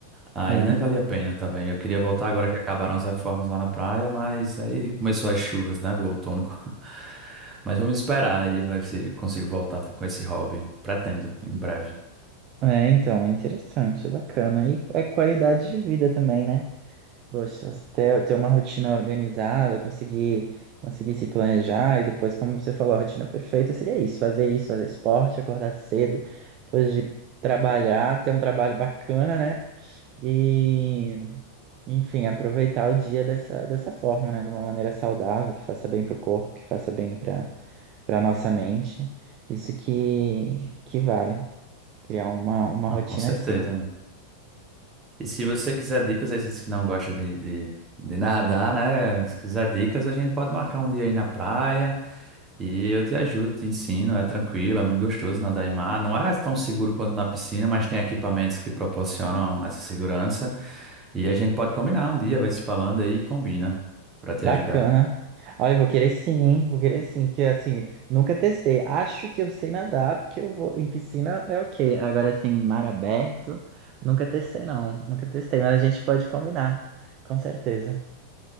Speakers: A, on the right; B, on the right.
A: aí
B: Ah.
A: nem valia a pena também. Eu queria voltar agora que acabaram as reformas lá na praia, mas aí começou as chuvas, né, do outono. <laughs> Mas vamos esperar aí, vai se consigo voltar com esse hobby. Pretendo, em breve.
B: É, então, é interessante, é bacana. E é qualidade de vida também, né? Poxa, você ter, ter uma rotina organizada, conseguir, conseguir se planejar e depois, como você falou, a rotina perfeita seria isso, fazer isso, fazer esporte, acordar cedo, depois de trabalhar, ter um trabalho bacana, né? E, enfim, aproveitar o dia dessa, dessa forma, né? De uma maneira saudável, que faça bem para o corpo, que faça bem para para nossa mente. Isso que, que vale. Criar uma, uma
A: Não,
B: rotina
A: com certeza.
B: assim.
A: né? E se você quiser dicas, aí você disse que não gosta de, de, de nadar, né? Se quiser dicas, a gente pode marcar um dia aí na praia e eu te ajudo, te ensino. É tranquilo, é muito gostoso nadar em mar. Não é tão seguro quanto na piscina, mas tem equipamentos que proporcionam essa segurança. E a gente pode combinar um dia, vai se falando aí e combina pra te
B: Bacana.
A: ajudar.
B: Olha, eu vou querer sim, hein? Vou querer sim, porque assim, nunca testei. Acho que eu sei nadar, porque eu vou. Em piscina é ok. Agora, assim, mar aberto, nunca testei, não. Nunca testei, mas a gente pode combinar, com certeza.